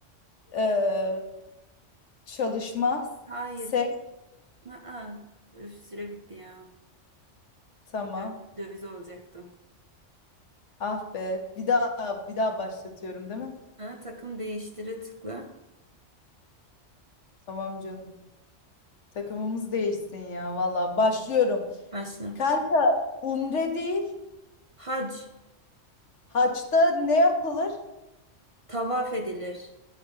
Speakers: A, on the left; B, on the right.
A: Ee, çalışmaz.
B: Hayır.
A: Ses.
B: Aa, üf, süre bitti ya.
A: Tamam.
B: Dö- döviz olacaktım.
A: Ah be. Bir daha, bir daha başlatıyorum değil mi?
B: Ha, takım değiştire tıkla.
A: Tamam canım. Takımımız değişsin ya. Valla başlıyorum.
B: Başla.
A: Kanka, umre değil.
B: Hac.
A: Haçta ne yapılır?
B: Tavaf edilir.